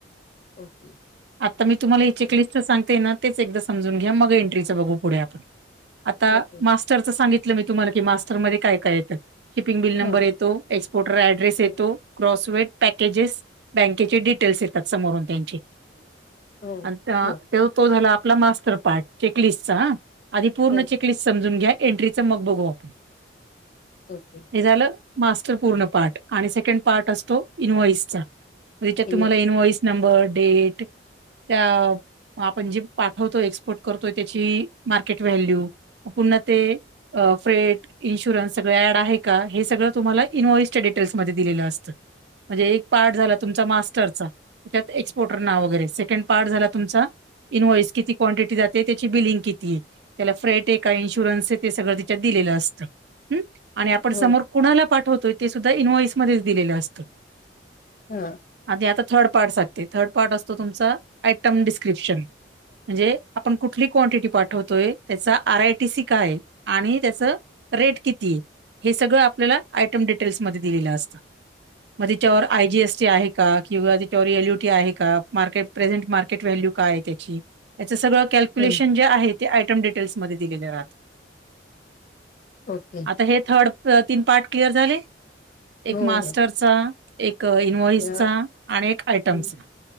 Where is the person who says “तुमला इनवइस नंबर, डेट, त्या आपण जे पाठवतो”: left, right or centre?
Right